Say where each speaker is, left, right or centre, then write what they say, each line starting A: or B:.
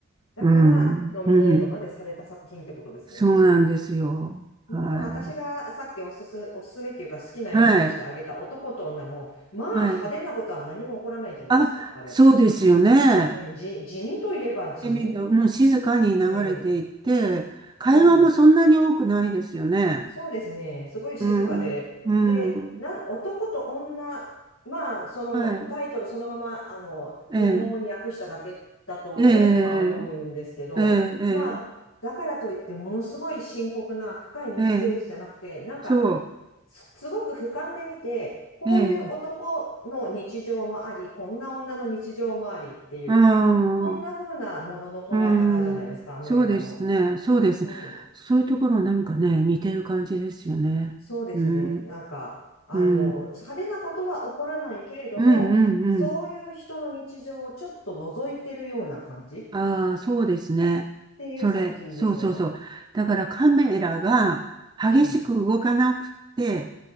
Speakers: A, on the left; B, on the right.
A: だから、
B: うん。
A: ノミネートまでされた作品ってことですね。
B: うん。そうなんですよ。は
A: まあ、私がさっきおすす、おすすめっていうか好きな映画として挙げた男と女も、
B: い。はい。
A: まあ派手なことは何も起こらないんじゃないですか、
B: はい。あ、
A: あれ。
B: そうですよね。
A: うん、じ、地味といえば地味。
B: でみうん、静かに流れていって、
A: うん、
B: 会話もそんなに多くないですよね。
A: うん。そうですね。すごい静かで。
B: うん。うん。
A: で、なん、男と女、まあ、そのタイトルそのまま、
B: はい。
A: あの、
B: ええ。
A: 日本語に訳しただけだと、
B: ええ。
A: おまあ思うんですけど、
B: ええ。ええ。
A: まあ、だからといってものすごい深刻な深いメッセージじゃなくて、
B: ええ
A: なんか、
B: そ
A: すすごく俯瞰で見て、こういう男の日常もあり、
B: う。ええ。
A: こんな女の日常もありっていう、
B: うん。
A: そんな風なものの捉え方じゃないですか、
B: うん。
A: あの映画も。
B: そうですね。そうです。
A: うん。
B: そういうところなんかね、似てる感じですよね。
A: そうですね。
B: うん。
A: なんか、あの、
B: うん。
A: 派手なことは起こらないけれども、
B: うんうんうん。
A: そういう人の日常をちょっと覗いてるような感じっ
B: ああ、そうですね。
A: ていう作品ですよね。
B: それ、そうそうそう。だからカメラが激しく動かなくて、
A: うん。